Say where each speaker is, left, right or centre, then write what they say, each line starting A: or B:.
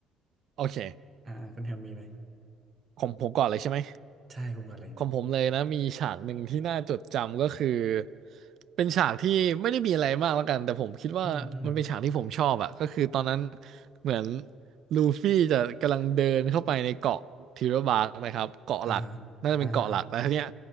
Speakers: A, on the right; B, on the right.
A: โอเค
B: อ่าอ่าคุณแฮมมีไหม
A: ของผมก่อนเลยใช่ไหม
B: ใช่คุณก่อนเลย
A: ของผมเลยนะมีฉากหนึ่งที่น่าจดจำก็คือเป็นฉากที่ไม่ได้มีอะไรมากแล้วกันแต่ผมคิดว่ามันเป็นฉากที่ผมชอบอะก็คือตอนนั้น
B: อืม อืม
A: เหมือนลูฟี่จะกำลังเดินเข้าไปในเกาะทิรบาร์กนะครับเกาะหลักน่าจะเป็นเกาะหลักแล้วทีเนี้ย
B: อ่าฮะอ่าฮะ